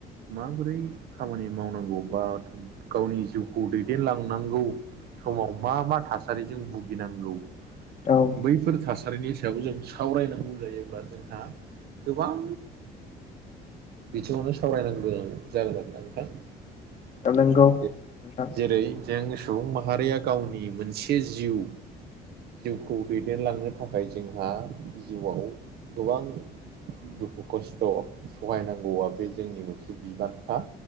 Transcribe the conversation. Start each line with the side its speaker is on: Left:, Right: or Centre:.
Right: माबोरै खामानि मावनांगौ बा गावनि जिउखौ दैदेनलांनांगौ समाव मा मा थासारिजों भुगिनांगौ
Left: औ
Right: बैफोर थासारिनि सायाव जों सावरायनांगौ जायोब्ला जोंहा गोबां बिथिङावनो सावरायनांगोन जागोन आरोना नोंथां
Left: नंगौ नोंथां
Right: जेरै जों सुबुं माहारिया गावनि मोनसे जिउ जिउखौ दैदेनलांनो थाखाय जोंहा जिउआव गोबां दुखु खस्थ' सहायनांगौआ बे जोंनि मोनसे बिबानखा